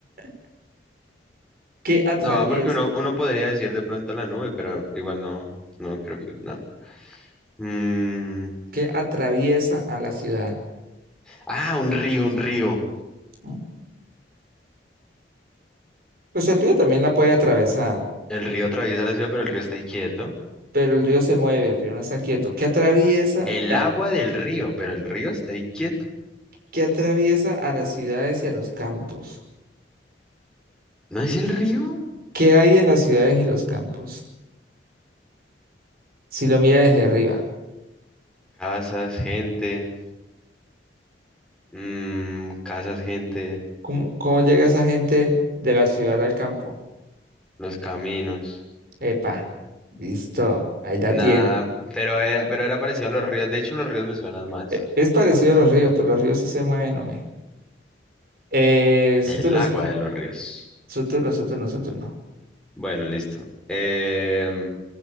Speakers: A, on the right; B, in the centre.
A: <laughs> ¿Qué atraviesa?
B: No, porque uno, uno podría decir de pronto la nube, pero igual no, no creo que, no. Mm,
A: ¿Qué atraviesa a la ciudad?
B: ah, un río, un río.
A: Mm. Pues el río también la puede atravesar,
B: El río atraviesa la ciudad, pero el río está ahí quieto.
A: pero el río se mueve, el río no está quieto. ¿Qué atraviesa?
B: El
A: ah,
B: agua del río, pero el río está ahí quieto.
A: ¿Qué atraviesa a las ciudades y a los campos?
B: ¿No es el río?
A: ¿Qué hay en las ciudades y los campos? Si lo mira desde arriba,
B: Casas, gente, mm, casas, gente,
A: ¿cómo, cómo llega esa gente de la ciudad al campo?
B: los caminos.
A: Epa, listo, ahí la
B: nada.
A: tiene.
B: pero era, pero era parecido a los ríos. De hecho, los ríos me suenan más.
A: E- Es parecido a los ríos, pero los ríos sí se mueven, hombre. Eh, su
B: El
A: turno,
B: agua
A: su turno,
B: de los ríos.
A: su turno, su turno, su turno.
B: Bueno, listo. Em,